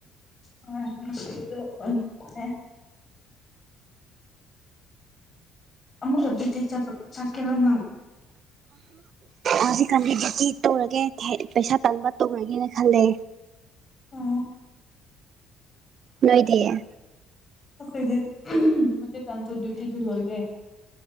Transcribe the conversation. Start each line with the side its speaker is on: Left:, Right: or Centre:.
Left: ꯑꯦ ꯑꯃꯨꯛꯗꯤ ꯆꯥꯛꯀꯤꯔ ꯅꯪ
Right: ꯑ ꯁꯤ ꯈꯜꯂꯦ ꯇꯤ ꯇꯧꯔꯒꯦ ꯄꯩꯁꯥ ꯇꯥꯟꯕ ꯇꯧꯔꯒꯦꯅ ꯈꯜꯂꯦ
Left: ꯑꯣ
Right: ꯂꯣꯏꯗꯌꯦ
Left: ꯑꯩꯈꯣꯏꯗꯤ ꯍꯧꯖꯤ ꯇꯥꯟꯁꯨ ꯗ꯭ꯌꯨꯇꯤꯗꯨ ꯂꯣꯏꯔꯦ